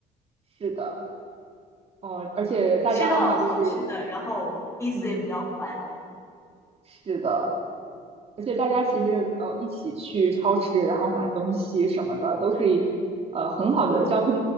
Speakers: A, on the right; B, on the left.
A: 是的，嗯，而且大家的话就是，
B: 吃到了好吃的，然后彼此也比较快乐。
A: 嗯，是的，而且大家其实呃一起去超市，然后买东西什么的，都是一呃很好的交通